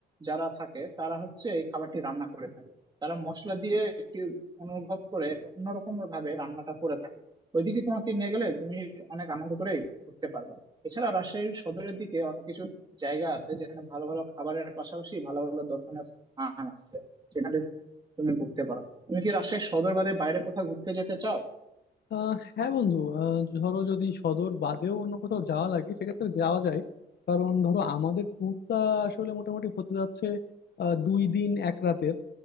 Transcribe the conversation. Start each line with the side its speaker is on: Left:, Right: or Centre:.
Right: যারা থাকে তারা হচ্ছে এই খাবারটি রান্না করে থাকে তারা মশলা দিয়ে একটি অনুভব করে একটা অন্যরকম ভাবে রান্নাটা করে থাকে ওইদিকে তোমাকে নিয়ে গেলে তুমি অনেক আনন্দ করে ঘুরতে পারবে এছাড়া রাজশাহীর সদরের দিকে অনেক কিছু জায়গা আছে যেখানে ভালো ভালো খাবারের পাশাপাশি ভালো ভালো দর্শনীয় স্থান আছে যেখানে তুমি ঘুরতে পারো তুমি কি রাজশাহীর সদর বাদে বাইরে কোথাও ঘুরতে যেতে চাও
Left: আহ হ্যাঁ বন্ধু আহ, ধরো যদি সদর বাদেও অন্য কোথাও যাওয়া লাগে সেক্ষেত্রে যাওয়া যায় কারণ ধরো আমাদের ট্যুরটা আসলে মোটামুটি হতে যাচ্ছে আহ, দুই দিন এক রাতের